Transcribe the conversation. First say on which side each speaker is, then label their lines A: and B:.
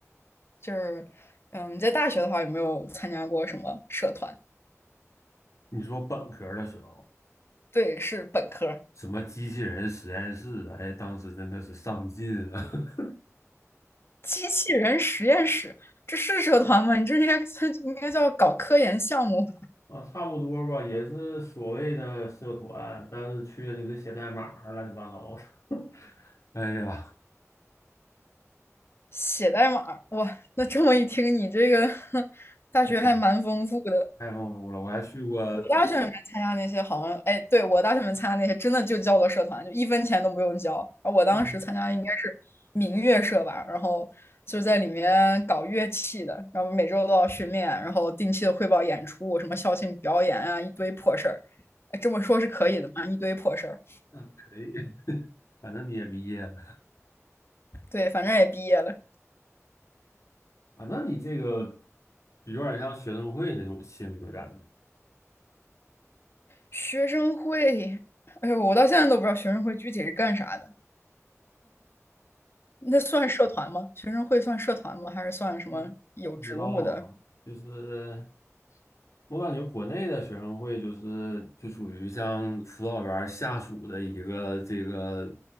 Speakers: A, on the left; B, on the left.
A: 就是嗯，你在大学的话有没有参加过什么社团？
B: 你说本科的时候，
A: 对，是本科。
B: 什么机器人实验室，哎，当时真的是上进啊！<laughs>
A: 机器人实验室，这是社团吗？你这应该 <laughs> 应该叫搞科研项目吧？
B: 啊，差不多吧，也是所谓的社团，但是去了就得写代码儿乱七八糟的。<laughs> 哎呀，
A: 写代码，哇，那这么一听，你这个 <laughs> 大学还蛮丰富的。
B: 哎呀，太丰富了！我还去过，
A: 我大学里面参加那些好像，哎，对，我大学里面参加那些真的就叫做社团，就一分钱都不用交。然后我当时参加应该是
B: 嗯，
A: 民乐社吧，然后就在里面搞乐器的，然后每周都要训练，然后定期的汇报演出，什么校庆表演啊，一堆破事儿。哎这么说是可以的吗？一堆破事儿。
B: 那可以，<laughs> 反正你也毕业了，
A: 对，反正也毕业了。
B: 反正你这个有点像学生会那种性质感觉。
A: 学生会，哎呦，我到现在都不知道学生会具体是干啥的。那算社团吗？学生会算社团吗？还是算什么有职务的？
B: 嗯不知道啊，就是我感觉国内的学生会就是就属于像辅导员下属的一个这个